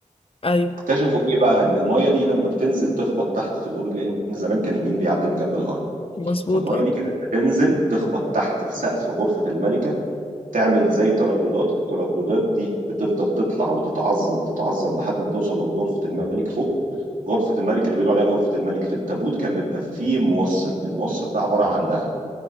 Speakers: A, on the left (about 45°); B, on the right (about 85°).
A: ايوه
B: اكتشفوا ايه بقى ان الميه دي لما بتنزل تخبط تحت في الاوضه دي لان زمان كان النيل بيعدي من جنب الهرم
A: مظبوط
B: فالميه
A: اه
B: دي كانت بتنزل تخبط تحت في سقف غرفه الملكه تعمل زي ترددات الترددات دي بتفضل تطلع وتتعظم تتعظم لحد ما توصل لغرفه الملك فوق غرفه الملك اللي بيقولوا عليها غرفه الملك في التابوت كان بيبقى فيه موصل الموصل ده عباره عن ذهب